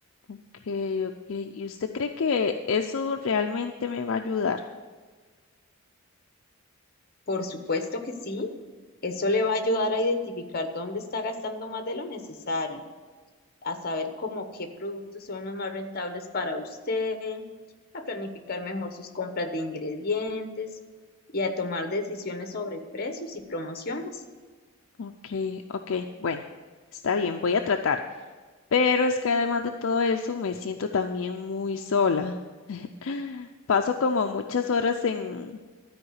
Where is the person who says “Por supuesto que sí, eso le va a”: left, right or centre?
Left